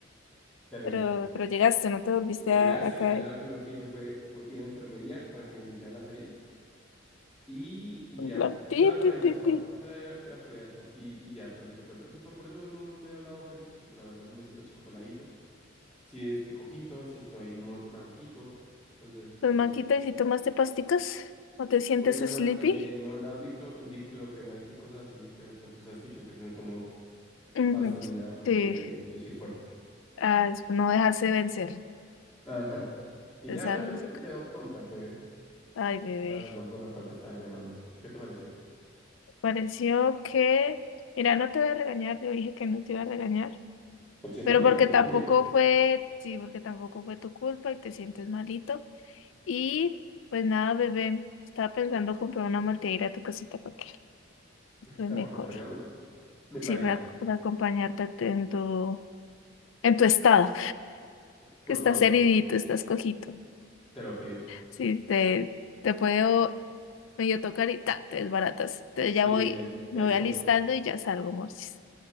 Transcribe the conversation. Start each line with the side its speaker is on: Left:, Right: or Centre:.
Centre: Terrible.
Left: pero, pero llegaste, no te volviste
Centre: Llegase,
Left: a, a caer.
Centre: allá lo primero que hice fue bu- ir a la enfermería para que me limpiaran las heridas y, y
Left: En
Centre: ya.
Left: plan,
Centre: Eso
Left: pi,
Centre: era para
Left: pi,
Centre: ir
Left: pi,
Centre: a SOAT,
Left: pi.
Centre: eso era, era para ir a SOAT y, y ya, por eso te cuento. Eso fue, por eso no, no he hablado casi porque pues la verdad sí me siento chico peladito. si estoy cojito, si estoy mo- manquito. Entonces,
Left: Pues
Centre: bueno
Left: Maquita,
Centre: no sé. que.
Left: ¿y si tomaste pasticas? ¿No te sientes
Centre: Pues me,
Left: sleepy?
Centre: man- eh, me mandaron diclo- diclofenalco y cosas así, pero pues tú sabes que yo casi no tomo
Left: Ujú,
Centre: pastas ni nada porque
Left: Sí,
Centre: yo soy fuerte.
Left: ah, es no dejarse vencer.
Centre: Ajá. Y
Left: es
Centre: ya,
Left: algo
Centre: eso es
Left: Desárgase.
Centre: lo que te tengo que contar, bebé.
Left: Ay, bebé.
Centre: La razón por la cual te estaba llamando. ¿Qué te pareció?
Left: Pareció que, mira, no te voy a regañar, yo dije que no te iba a regañar,
Centre: Consiéntame,
Left: pero porque
Centre: consiéntame.
Left: tampoco fue, sí, porque tampoco fue tu culpa y te sientes malito. Y pues nada, bebé, estaba pensando comprar una malteira a tu casita para que estés
Centre: Ah,
Left: mejor.
Centre: ¿Para acompañarme? Me
Left: Sí,
Centre: parece.
Left: para, ac- para acompañarte en tu, en tu estado,
Centre: Por
Left: que estás
Centre: favor,
Left: heridito, estás cojito.
Centre: te lo pido.
Left: Sí, te, te puedo medio tocar y ta, te desbaratas. Entonces ya
Centre: Sí,
Left: voy,
Centre: me, me
Left: me
Centre: escozo.
Left: voy alistando y ya salgo, Morsis.